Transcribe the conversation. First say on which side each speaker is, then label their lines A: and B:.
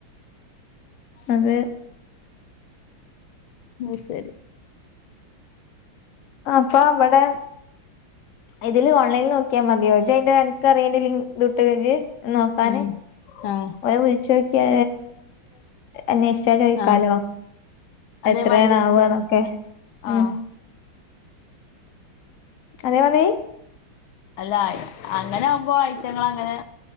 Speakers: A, on the left; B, on the left.
A: അത
B: ഉ ശരി
A: അപ്പൊ അവിടെ ഇതില് ഓൺലൈനി നോക്ക അാ മതിയോജ അതിന്റെ എനക്ക് അറിയേണ്ടട്ട്ഴിഞ്ഞഞ് നോക്കാന്
B: ഉം ആഹ്
A: ഓര വിളിച്ചു നോക്കിയ അന്വേഷിച്ചാ ചോദിക്കാലോ
B: ആഹ് അതേമാതിരിയാക്കിയാതി
A: എത്രയണ ആവുക എന്നൊക്കെ ഉ
B: ആഹ്
A: അന വ
B: അല്ല അങ്ങനെ ആകുമ്പോ ഐറ്റങ്ങ അങ്ങനെ